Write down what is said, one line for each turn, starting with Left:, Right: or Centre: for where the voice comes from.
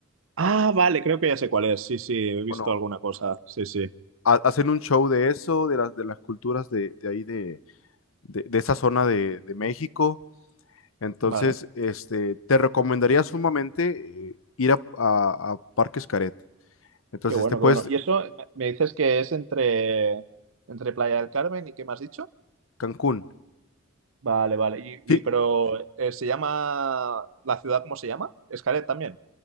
Right: Ah, vale, creo que ya sé cuál es. Sí, sí, he visto
Left: Bueno,
Right: alguna cosa. Sí, sí.
Left: ha- hacen un show de eso, de las, de las culturas de, de ahí, de, de- de esa zona de, de México. Entonces,
Right: Vale.
Left: este, te recomendaría sumamente eh, ir a, a- a Parques Caret. Entonces,
Right: Qué bueno,
Left: te puedes
Right: qué bueno. ¿Y eso me me dices que es entre, entre Playa del Carmen y qué me has dicho?
Left: Cancún.
Right: Vale, vale. Y,
Left: Sí,
Right: y pero eh, se llama la ciudad, ¿cómo se llama? Escaret también.